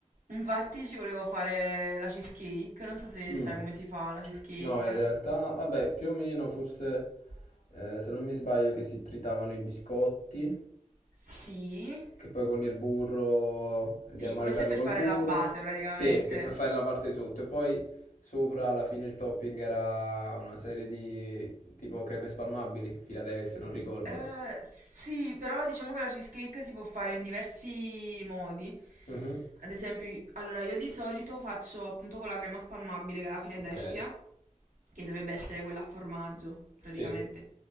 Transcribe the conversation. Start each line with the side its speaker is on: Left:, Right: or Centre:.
Right: Infatti ci volevo fare la cheesecake, non so se
Left: Mm.
Right: sai come si fa la cheesecake.
Left: No, in realtà, vabbè, più o meno, forse, eh, se non mi sbaglio, che si tritavano i biscotti,
Right: Sì,
Left: che poi con il burro
Right: sì,
Left: li amalgami
Right: questo è per
Left: col
Right: fare
Left: burro.
Right: la base praticamente.
Left: Sì, che per fare la parte sotto. E poi sopra, alla fine, il topping era una serie di tipo creme spalmabili, Philadelphia, non ricordo.
Right: Eh, sì, però diciamo che la cheesecake si può fare in diversi modi.
Left: Mhm.
Right: Ad esempio, allora io di solito faccio appunto con la crema spalmabile che è la Philadelphia.
Left: Ok.
Right: che dovrebbe essere quella a formaggio, praticamente.
Left: Sì.